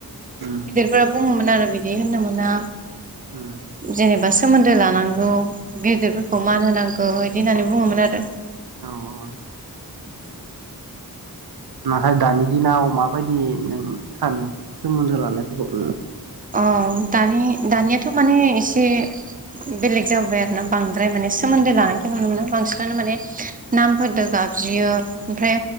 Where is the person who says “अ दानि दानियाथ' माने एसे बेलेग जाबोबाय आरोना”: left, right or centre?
Right